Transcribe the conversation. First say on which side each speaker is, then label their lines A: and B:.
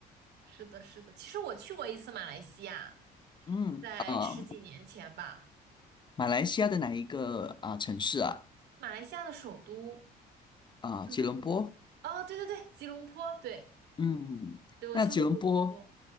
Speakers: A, on the right; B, on the left.
A: 是的，是的。其实我去过一次马来西亚，
B: 嗯，
A: 在十几年前吧。
B: 啊，马来西亚的哪一个啊、城市啊？
A: 马来西亚的首都
B: 啊、
A: 是什么来？
B: 吉隆坡。
A: 哦，对对对，吉隆坡，对
B: 嗯，
A: 对，我去过吉隆坡。
B: 那吉隆坡，